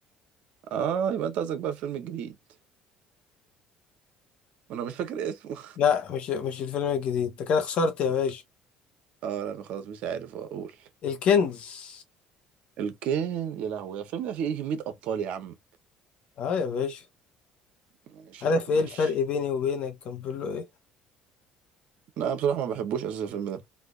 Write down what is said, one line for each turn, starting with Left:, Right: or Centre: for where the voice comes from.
Right: آه يبقى أنت قصدك بقى الفيلم الجديد وأنا مش فاكر اسمه
Left: لا مش مش الفيلم الجديد انت كده خسرت يا باشا
Right: <laughs> آه لا خلاص مش عارف أقول
Left: الكنز
Right: الكين يا لهوي الفيلم ده فيه إيه كمية أبطال يا عم
Left: اه يا باشا
Right: ماشي
Left: عارف
Right: يا عم
Left: ايه
Right: ماشي
Left: الفرق بيني وبينك كان بيقول له ايه
Right: لا بصراحة ما بحبوش أساسا الفيلم ده